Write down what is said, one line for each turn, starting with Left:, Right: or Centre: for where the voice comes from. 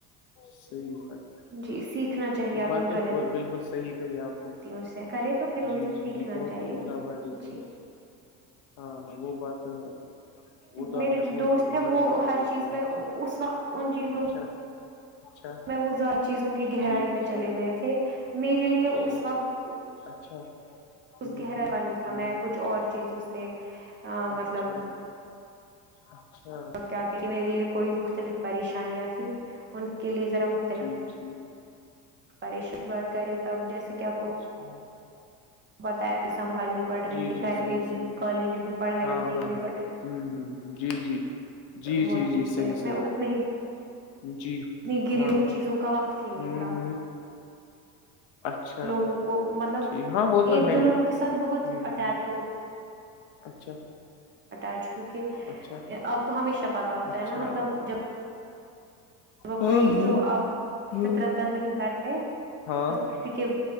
Left: صحیح بات ہے
Right: جی سیکھنا چاہیے
Left: وہ
Right: اپپنی
Left: بات تو
Right: غلطوں
Left: بالکل صحیح کہی آپ نے
Right: سے کرے تو پھر ان
Left: جی
Right: سے
Left: جی
Right: سیکھنا
Left: جی بہت
Right: چاہیے
Left: ہی عمدہ بات یہ کہی
Right: جی
Left: ہاں ہاں وہ بات تو ہے وہ تو
Right: میرے
Left: آپ نے
Right: جو
Left: بہت
Right: دوست
Left: ہی عمدہ
Right: ہے وہ
Left: بات
Right: ہر
Left: کی
Right: چیز
Left: اس لحاظ
Right: میں
Left: سے
Right: اس وقت ان چیزوں میں
Left: اچھا اچھا
Right: میں وہ زیادہ چیزوں کی گہرائی
Left: ٹھیک
Right: میں چلے
Left: ٹھیک
Right: گئے تھے میرے لیے اس
Left: ٹھیک
Right: وقت
Left: اچھا
Right: اس
Left: ہ
Right: گہرا
Left: ہ
Right: کا نہیں تھا
Left: ہ
Right: میں کچھ اور چیزوں سے
Left: اچھا
Right: مطلب
Left: اچھا
Right: تو کیا کہتی میرے لیے کوئی مختلف پریشانیاں ان کے لیے ذرا مختلف
Left: جی اچھا
Right: پریشانی بات کر رہی ہو تو اب جیسے کہ آپ کو
Left: ہاں
Right: بتایا کہ سنبھالنی پڑ رہی
Left: جی
Right: تھی
Left: جی
Right: گھر
Left: صحیح
Right: پہ بھی
Left: صحیح
Right: کالج بھی پڑھائی
Left: ہاں
Right: بھی دیکھنی
Left: ہاں
Right: پڑ رہی تھی
Left: ہ ہ جی جی جی جی
Right: وہ تھی
Left: جی صحیح
Right: کہ میں
Left: صحیح
Right: اس میں ہی
Left: جی
Right: اتنی گری
Left: ہاں
Right: ان چیزوں کا وقت ہی نہیں
Left: ہ
Right: تھا
Left: ہ اچھا
Right: لوگوں کو مطلب
Left: ٹھیک ہاں وہ تو
Right: ایک
Left: ہے
Right: دو لوگوں
Left: ہی
Right: کے ساتھ بہت
Left: ہوں
Right: اٹیچ ہوگی
Left: اچھا
Right: چ کیک
Left: اچھا
Right: آپ کو ہمیشہ پتا ہوتا
Left: اچھا
Right: ہے نا مطلب جب ج <unintelligible>
Left: ہاں
Right: کوئی جو آپ
Left: ہاں
Right: فطرتن نہیں کرتے
Left: ہاں
Right: بس کسی کے